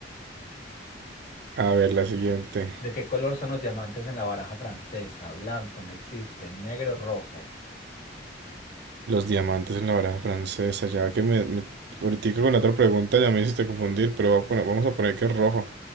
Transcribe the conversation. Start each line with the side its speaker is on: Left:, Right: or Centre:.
Right: A ver, la siguiente.
Left: ¿De qué color son los diamantes en la baraja francesa? Blanco, no existen. Negro, rojo.
Right: Los diamantes en la baraja francesa. Ya que me, me... ahorita con la otra pregunta ya me hiciste confundir, pero voy a poner- vamos a poner que es rojo.